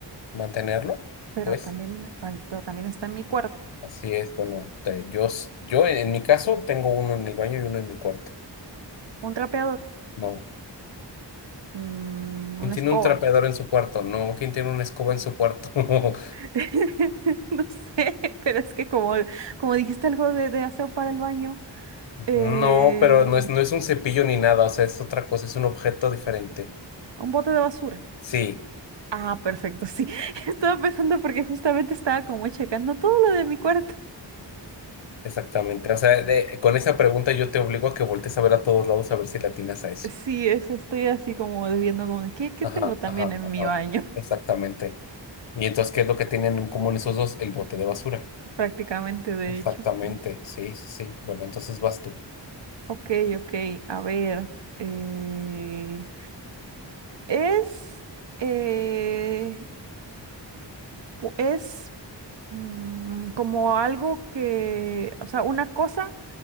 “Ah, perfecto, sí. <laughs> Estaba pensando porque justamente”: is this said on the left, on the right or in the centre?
Right